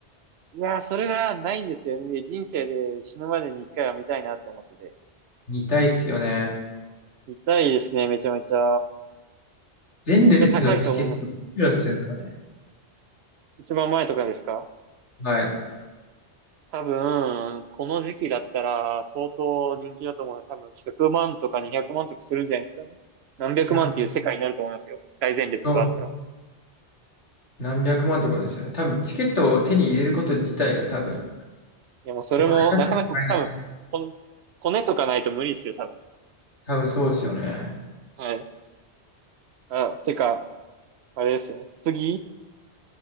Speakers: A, on the right; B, on the left.
A: ね。いやー、それがないんですよね。人生で死ぬまでに一回は見たいなって思ってて。
B: 見たいっすよね。
A: 見たいですね、めちゃめちゃ。
B: 前列のチケット、
A: めっちゃ高いと思います。
B: いくらするんですかね。
A: 一番前とかですか
B: はい。
A: 多分、この時期だったら相当人気だと思うので、多分100万とか200万とかするんじゃないですかね。何百万っていう世界になると思いますよ。
B: いや、
A: 最前列があったら。
B: そう、何百万とかですよね。多分、チケットを手に入れること自体が多分、
A: いや、もうそれも、
B: お金出しても買えない
A: なかなか多分、この、骨とかないと無理ですよ、多分。
B: 多分そうですよね。
A: はい。あ、てか、あれですね。次、